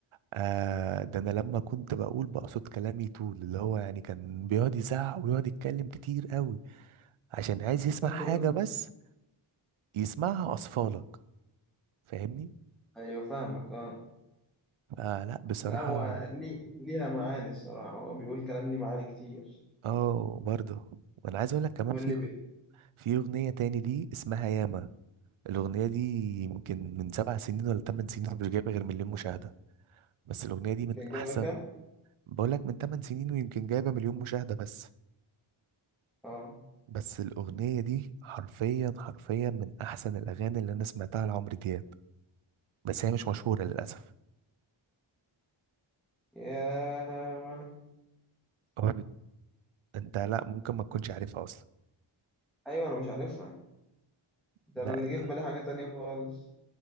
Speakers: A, on the right (about 75°); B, in the centre.
A: آه ده انا لما كنت بقول بقصد كلامي طول اللي هو يعني كان بيقعد يزعق ويقعد يتكلم كتير قوي عشان عايز يسمع
B: عشان
A: حاجة
B: ترد
A: بس يسمعها اطفالك فاهمني
B: ايوه فاهمك اه
A: فلا بصراحه
B: لا هو ليه ليها معاني الصراحة هو بيقول كلام ليه معاني كتير
A: اه برضه وانا عايز اقول لك كمان
B: واللي
A: في
B: بي...
A: في اغنيه تاني دي اسمها ياما الاغنيه دي يمكن من سبع سنين ولا ثمان سنين مش جايبه غير مليون مشاهده بس الاغنيه دي من
B: كان جايبة
A: احسن
B: كام؟
A: بقول لك من ثمان سنين ويمكن جايبه مليون مشاهده بس
B: اه
A: بس الاغنيه دي حرفيا حرفيا من احسن الاغاني اللي انا سمعتها لعمرو دياب بس هي مش مشهوره للاسف
B: يا ما.
A: هو بت- انت لا ممكن ما تكونش عارفها اصلا
B: ايوه انا مش عارفها ده
A: لا
B: انا اللي جه في بالي حاجة تانية خالص